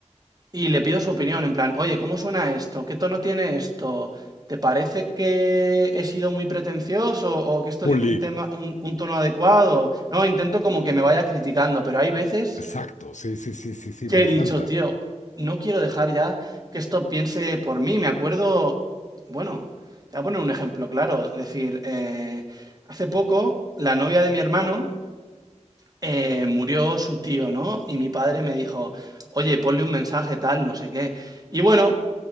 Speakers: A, on the right; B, on the left.
A: Y le pido su opinión, en plan, oye, ¿cómo suena esto? ¿Qué tono tiene esto? ¿Te parece que he sido muy pretencioso o que esto
B: Pulir.
A: tiene un tema, un, un tono adecuado? No, intento como que me vaya criticando, pero hay veces
B: Exacto, sí, sí, sí, sí, sí,
A: que
B: me encanta.
A: he dicho, tío, no quiero dejar ya que esto piense por mí. Me acuerdo, bueno, te voy a poner un ejemplo claro, decir, eh, hace poco la novia de mi hermano eh, murió su tío, ¿no? Y mi padre me dijo, oye, ponle un mensaje tal, no sé qué. Y bueno,